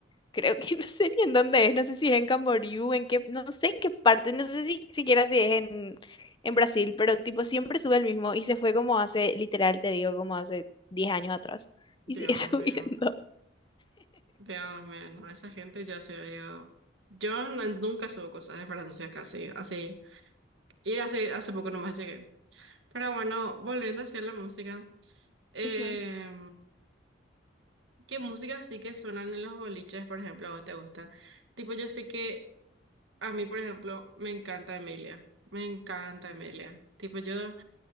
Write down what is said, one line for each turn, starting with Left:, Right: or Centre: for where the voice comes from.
Left: Creo que <laughs> no sé ni en dónde es, no sé si es en Camboriú, en qué, no sé en qué parte, no sé si siquiera si es en, en Brasil, pero tipo siempre sube el mismo y se fue como hace, literal te digo, como hace 10 años atrás. Y
Right: Dios
Left: sigue <laughs> subiendo.
Right: mío. Dios mío, no, esa gente ya se dio. Yo no- nunca subo cosas de Francia casi, así. Y hace, hace poco nomás llegué. Pero bueno, volviendo hacia la música. eh,
Left: Ujú,
Right: ¿qué música sí que suenan en los boliches, por ejemplo, a vos te gusta? Tipo, yo sé que a mí, por ejemplo, me encanta Emilia. Me encanta Emilia. Tipo, yo